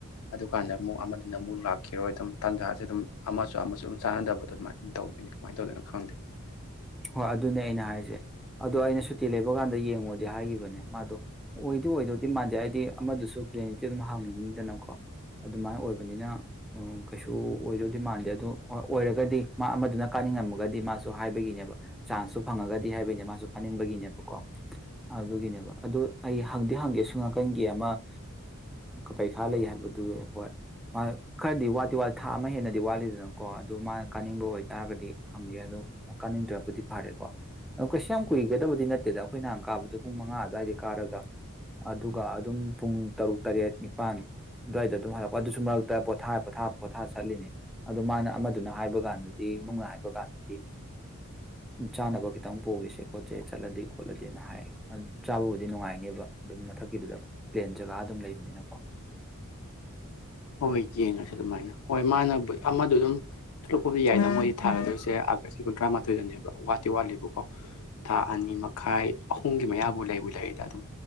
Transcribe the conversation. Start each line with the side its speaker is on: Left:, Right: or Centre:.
Left: ꯑꯗꯨꯀꯥꯟꯗ ꯑꯃꯨꯛ ꯑꯃꯗꯨꯅ ꯑꯃꯨꯛ ꯂꯥꯛꯈꯤꯔꯣꯏ ꯑꯗꯨꯝ ꯇꯥꯟꯖꯥꯁꯦ ꯑꯗꯨꯝ ꯑꯃꯁꯨ ꯑꯃꯁꯨ ꯑꯗꯨꯝ ꯆꯥꯟꯅꯗꯕꯗꯣ ꯑꯗꯨꯃꯥꯏꯅ ꯇꯧꯗꯣꯏꯅꯤ ꯀꯃꯥꯏꯅ ꯇꯧꯗꯣꯏꯅꯣ ꯈꯪꯗꯦ
Centre: ꯍꯣꯏ ꯑꯗꯨꯅꯦ ꯑꯩꯅ ꯍꯥꯏꯁꯦ ꯑꯗꯣ ꯑꯩꯅ ꯁꯨꯇꯤ ꯂꯩꯕ ꯀꯥꯟꯗ ꯌꯦꯡꯉꯨꯗꯤ ꯍꯥꯏꯒꯤꯈꯤꯕꯅꯦ ꯃꯥꯗꯣ ꯑꯣꯏꯗꯤ ꯑꯣꯏꯗꯧꯗꯤ ꯃꯥꯟꯗꯦ ꯍꯥꯏꯗꯤ ꯑꯃꯗꯨꯁꯨ ꯀ꯭ꯦꯅꯤꯛꯇꯤ ꯑꯗꯨꯝ ꯍꯥꯡꯅꯤꯡꯉꯤꯗꯅꯀꯣ ꯑꯗꯨꯃꯥꯏꯅ ꯑꯣꯏꯕꯅꯤꯅ ꯀꯩꯁꯨ ꯑꯣꯏꯗꯧꯗꯤ ꯃꯥꯟꯗꯦ ꯑꯗꯨ ꯑꯣꯏꯔꯒꯗꯤ ꯃꯥ ꯑꯃꯗꯨꯅ ꯀꯥꯅꯤꯡꯉꯝꯃꯒꯗꯤ ꯃꯥꯁꯨ ꯍꯥꯏꯕꯒꯤꯅꯦꯕ ꯆꯥꯟꯁꯇꯨ ꯐꯪꯉꯒꯗꯤ ꯍꯥꯏꯕꯒꯤꯅꯦ ꯃꯥꯁꯨ ꯀꯥꯅꯤꯡꯕꯒꯤꯅꯦꯕꯀꯣ ꯑꯗꯨꯒꯤꯅꯦꯕ ꯑꯗꯨ ꯑꯩ ꯍꯪꯗꯤ ꯍꯪꯒꯦ ꯁꯨꯡꯅꯥꯀꯟꯒꯤ ꯑꯃ ꯄꯔꯤꯈꯥ ꯂꯩ ꯍꯥꯏꯕꯗꯨ ꯍꯣꯏ ꯃꯥ ꯈꯔꯗꯤ ꯋꯥꯠꯇꯤ ꯋꯥꯠꯂꯤ ꯊꯥ ꯑꯃ ꯍꯦꯟꯅꯗꯤ ꯋꯥꯠꯂꯤꯗꯅꯀꯣ ꯑꯗꯨ ꯃꯥꯅ ꯀꯥꯅꯤꯡꯕ ꯑꯣꯏꯇꯥꯥꯔꯒꯗꯤ ꯍꯪꯒꯦ ꯑꯗꯣ ꯀꯥꯅꯤꯡꯗ꯭ꯔꯕ ꯕꯨꯗꯤ ꯐꯔꯦꯀꯣ ꯑꯣ ꯀꯩꯁꯨ ꯌꯥꯝ ꯀꯨꯏꯒꯗꯕꯗꯤ ꯅꯠꯇꯦꯗ ꯑꯩꯈꯣꯏ ꯅꯍꯥꯟ ꯀꯥꯕꯗꯣ ꯄꯨꯡ ꯃꯉꯥ ꯑꯗꯨ꯭ꯋꯥꯏꯗ ꯀꯥꯔꯒ ꯑꯗꯨꯒ ꯑꯗꯨꯝ ꯄꯨꯡ ꯇꯔꯨꯛ ꯇꯔꯦꯠ ꯅꯤꯄꯥꯜ ꯑꯗꯨꯋꯥꯏꯗ ꯑꯗꯨꯝ ꯍꯜꯂꯛꯄ ꯑꯗꯨꯁꯨ ꯃꯔꯛꯇ ꯄꯣꯊꯥ ꯄꯣꯊꯥ ꯄꯣꯊꯥ ꯆꯠꯂꯤꯅꯦ ꯑꯗꯨꯗꯣ ꯃꯥꯅ ꯑꯃꯗꯨꯅ ꯍꯥꯏꯕ ꯀꯥꯟꯗꯗꯤ ꯅꯨꯡꯅ ꯍꯥꯏꯕ ꯀꯥꯟꯗꯗꯤ ꯆꯥꯅꯕ ꯈꯤꯇꯪ ꯄꯣꯛꯒꯦꯁꯦ ꯈꯣꯠꯁꯦ ꯆꯠꯂꯗꯤ ꯈꯣꯠꯂꯗꯤꯅ ꯍꯥꯏ ꯆꯥꯕꯕꯨꯗꯤ ꯅꯨꯡꯉꯥꯏꯅꯦꯕ ꯑꯗꯨꯝ ꯃꯊꯛꯀꯤꯗꯨꯗ ꯄ꯭ꯂꯦꯟ ꯖꯒꯥ ꯑꯗꯨꯝ ꯂꯩꯕꯅꯤꯅꯀꯣ
Left: ꯍꯣꯏ ꯍꯣꯏ ꯌꯦꯡꯉꯁꯤ ꯑꯗꯨꯃꯥꯏꯅ ꯍꯣꯏ ꯃꯥꯅ ꯑꯃꯗ ꯑꯗꯨꯝ ꯊꯣꯂꯛꯄꯕꯨꯗꯤ ꯌꯥꯏꯗ ꯃꯣꯏꯗꯤ ꯊꯥꯒꯗꯣꯏꯔꯤꯁꯦ ꯑꯥꯒꯁꯀꯤ ꯀꯨꯟꯊ꯭ꯔꯥ ꯃꯥꯊꯣꯏꯗꯅꯦꯕ ꯋꯥꯠꯇꯤ ꯋꯥꯠꯂꯤꯕꯀꯣ ꯊꯥ ꯑꯅꯤ ꯃꯈꯥꯏ ꯑꯍꯨꯝꯒꯤ ꯃꯌꯥꯕꯨ ꯂꯩꯕꯨ ꯂꯩꯔꯤꯗ ꯑꯗꯨꯝ